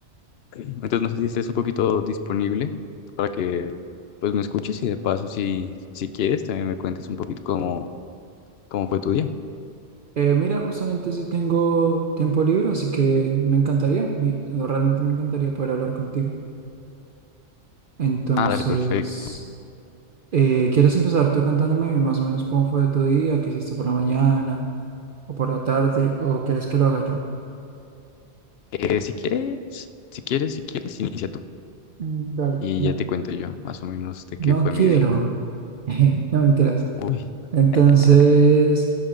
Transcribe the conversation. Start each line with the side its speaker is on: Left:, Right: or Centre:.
Left: <clears throat> Entonces no sé si estés un poquito disponible para que pues me escuches y de paso si, si quieres también me cuentes un poquito cómo, cómo fue tu día.
Right: Eh, mira, justamente si tengo tiempo libre, así que me encantaría, me- realmente me encantaría poder hablar contigo. Entonces,
Left: Ah, dale, perfecto.
Right: eh, ¿quieres empezar tú contándome más o menos cómo fue tu día, qué hiciste por la mañana o por la tarde, o quieres que lo haga yo?
Left: Eh, si quieres, si quieres, si quieres, inicia tú.
Right: Mm, Dale,
Left: Y
Right: No,
Left: ya te cuento yo, más o menos, de
Right: no
Left: qué fue
Right: quiero.
Left: mi día.
Right: <laughs> No mentiras.
Left: Uy,
Right: Entonces,
Left: <laughs>